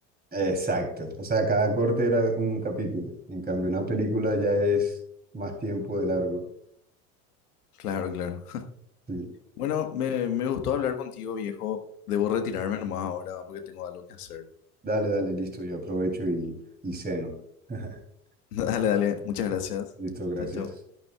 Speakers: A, on the right; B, on the left.
A: Exacto. O sea, cada corte era un capítulo. En cambio, una película ya es más tiempo de largo.
B: Claro, claro.
A: Sí.
B: Bueno, me, me gustó hablar contigo, viejo. Debo retirarme nomás ahora porque tengo algo que hacer.
A: Dale, dale, listo. Yo aprovecho y, y ceno. <laughs>
B: <laughs> Dale, dale. Muchas gracias.
A: Listo, gracias.
B: Chao, chao.